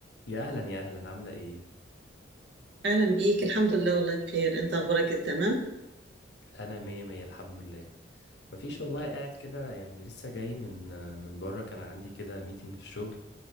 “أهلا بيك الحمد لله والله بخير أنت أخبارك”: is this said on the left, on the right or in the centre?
Right